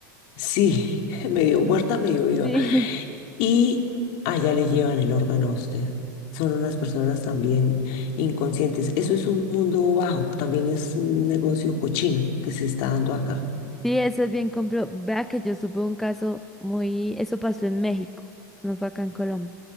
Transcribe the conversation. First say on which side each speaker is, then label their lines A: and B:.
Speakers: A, on the left (about 60°); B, in the centre.
A: Sí, <laughs> medio
B: <laughs>
A: muerta, medio viva.
B: Sí. <laughs>
A: Y allá le llevan el órgano a usted. Son unas personas también inconscientes. Eso es un mundo bajo, también es un negocio cochino que se está dando acá.
B: Sí, eso es bien compro. Vea que yo supe un caso muy, eso pasó en México, no fue acá en Colombia.